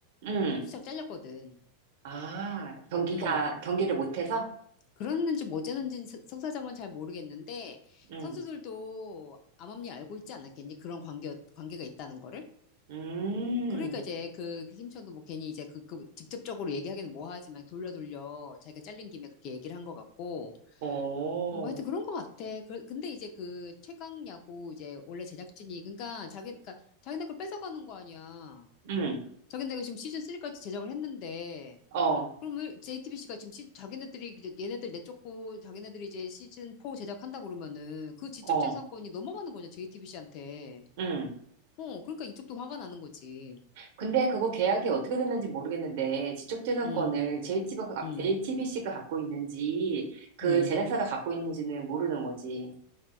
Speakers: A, on the right (about 50°); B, on the left (about 30°).
A: 응,
B: 심수창 잘렸거든.
A: 아, 경기가,
B: 음.
A: 경기를 못해서?
B: 그랬는지 뭐 어쨌는지 속사정은 잘 모르겠는데
A: 응,
B: 선수들도 암암리 알고 있지 않았겠니? 그런 관계, 관계가 있다는 거를?
A: 음,
B: 그러니까 이제 그, 그 심수창도 뭐 괜히 이제 그, 그 직접적으로 얘기하기는 뭐하지만 돌려 돌려 자기가 잘린 김에 그렇게 얘기를 한 것 같고
A: 오,
B: 뭐 하여튼 그런 것 같아. 그, 근데 이제 그 최강 야구 이제 원래 제작진이 그러니까 자기 그러니까 자기네 걸 뺏어가는 거 아니야.
A: 응,
B: 자기네가 지금 시즌 3까지 제작을 했는데
A: 어,
B: 그러면 JTBC가 지금 시, 자기네들이 이제 얘네들 내쫓고 자기네들이 이제 시즌 4 제작한다 그러면은 그 지적
A: 어,
B: 재산권이 넘어가는 거냐 JTBC한테.
A: 응.
B: 어, 그러니까 이쪽도 화가 나는 거지.
A: 근데 그거 계약이 어떻게 됐는지 모르겠는데 지적재산권을
B: 음,
A: JTBC가,
B: 음,
A: 가 갖고 있는지 그
B: 음.
A: 제작사가 갖고 있는지는 모르는 거지.